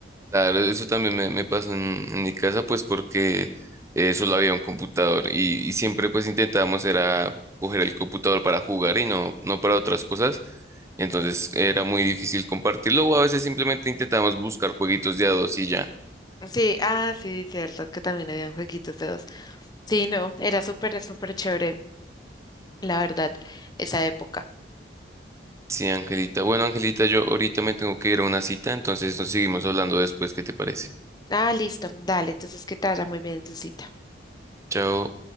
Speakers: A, on the right; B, on the left.
A: Claro, eso también me, me pasó en, en mi casa, pues porque eh, solo había un computador y, y siempre pues intentábamos era coger el computador para jugar y no, no para otras cosas. Entonces era muy difícil compartirlo o a veces simplemente intentábamos buscar jueguitos de a dos y ya.
B: Sí, ah, sí, cierto, que también habían jueguitos de dos. Sí, no, era súper, súper chévere. la verdad, esa época.
A: Sí, Angelita. Bueno, Angelita, yo ahorita me tengo que ir a una cita, entonces nos seguimos hablando después. ¿Qué te parece?
B: Ah, listo, dale, entonces que te vaya muy bien en tu cita.
A: Chao.